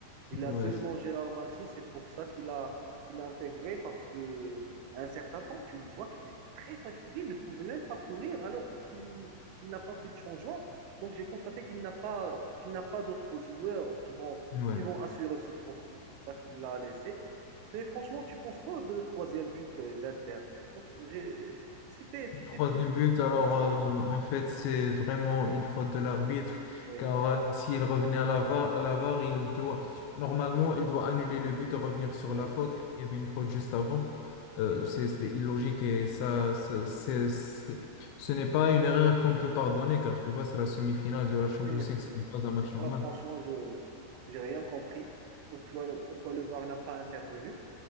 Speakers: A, on the right; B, on the left.
A: Il
B: ouais,
A: a seulement
B: c'est-
A: Gérard Maltin, c'est pour ça qu'il a, il a intégré, parce que à un certain temps, tu le vois qu'il est très fatigué, il ne pouvait même pas courir, alors qu'il qu'il n'a pas fait de changement. Donc j'ai constaté qu'il n'a pas, qu'il n'a pas d'autres joueurs qui vont,
B: ouais.
A: qui vont assurer ce poste. C'est pour ça qu'il l'a laissé. Mais franchement, tu penses quoi de le troisième but euh, d'Inter? Franchement, j'ai- je crois que c'était, c'était
B: Troisième
A: plus
B: but,
A: plus ou
B: alors
A: moins une faute.
B: euh, en fait c'est vraiment une faute de l'arbitre
A: Oui,
B: car euh, s'il revenait à la VAR, à la VAR, il doit normalement il doit annuler le but et revenir sur
A: oui,
B: la faute car il y avait une faute
A: oui,
B: juste avant.
A: oui.
B: Euh,
A: oui.
B: c'est c'est illogique et ça, ça- c'est, c'est- ce n'est pas une erreur qu'on peut pardonner car tu vois c'est la semi-finale de la Champions
A: Oui, effectivement.
B: League, ce n'est pas un match normal.
A: Moi, franchement, je n'ai rien compris pourquoi, le- pourquoi le VAR n'a pas intervenu.